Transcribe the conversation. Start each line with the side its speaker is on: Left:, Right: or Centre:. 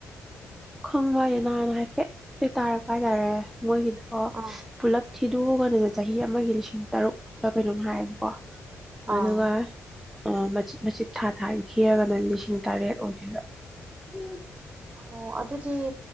Centre: ꯈꯪꯕ ꯍꯥꯏꯁꯦ ꯅꯍꯥꯟ ꯍꯥꯏꯐꯦꯠꯇꯤ ꯇꯥꯔꯛꯄ ꯍꯥꯏꯇꯥꯔꯦ ꯃꯣꯏꯒꯤꯗꯣ
Right: ꯑꯥ
Centre: ꯄꯨꯂꯞ ꯊꯤꯗꯣꯛꯑꯀꯅꯦ ꯆꯍꯤ ꯑꯃꯒꯤ ꯂꯤꯁꯤꯡ ꯇꯔꯨꯛꯂ ꯀꯩꯅꯣꯝ ꯍꯥꯏꯌꯦꯕꯀꯣ
Right: ꯑꯥ
Centre: ꯑꯗꯨꯒ ꯃꯆꯤꯠ ꯃꯆꯤꯠ ꯊꯥ ꯊꯥꯒꯤ ꯊꯤꯔꯒꯅ ꯂꯤꯁꯤꯡ ꯇꯔꯦꯠ ꯑꯣꯏꯔꯤꯕ ꯎꯝ
Right: ꯑꯣ ꯑꯗꯨꯗꯤ